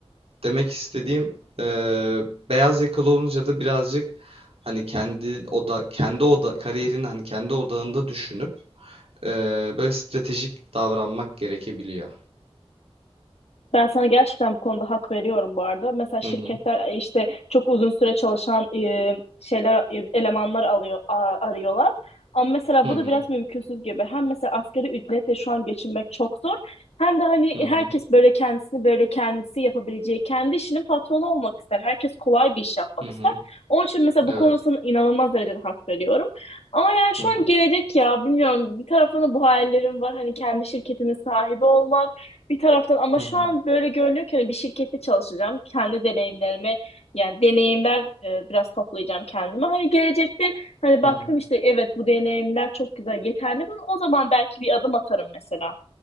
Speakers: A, on the right; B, on the left.
A: Demek istediğim eee, beyaz yakalı olunca da birazcık hani kendi oda kendi oda kariyerini hani kendi odağında düşünüp eee, böyle stratejik davranmak gerekebiliyor.
B: Ben sana gerçekten bu konuda hak veriyorum bu arada. Mesela şirketler
A: Hı hı
B: e, işte çok uzun süre çalışan e, şeyler e, elemanlar alıyor a- arıyorlar. Ama mesela
A: hı
B: bu
A: hı
B: da biraz mümkünsüz gibi. Hem mesela asgari ücretle şu an geçinmek çok zor. Hem de hani
A: hı hı
B: herkes böyle kendisini böyle kendisi yapabileceği, kendi işinin patronu olmak ister. Herkes kolay bir iş yapmak
A: hı hı.
B: ister. Onun için mesela
A: Evet.
B: bu konusuna inanılmaz derecede hak veriyorum. Ama yani şu
A: Hı hı
B: an gelecek ya bilmiyorum. Bir taraftan da bu hayallerim var. Hani kendi şirketimin sahibi olmak bir taraftan ama
A: hı
B: şu
A: hı
B: an böyle görünüyor ki hani bir şirkette çalışacağım. Kendi deneyimlerimi yani deneyimler e, biraz toplayacağım kendime. Hani gelecekte hani
A: hı
B: baktım
A: hı
B: işte evet bu deneyimler çok güzel yeterli mi? O zaman belki bir adım atarım mesela.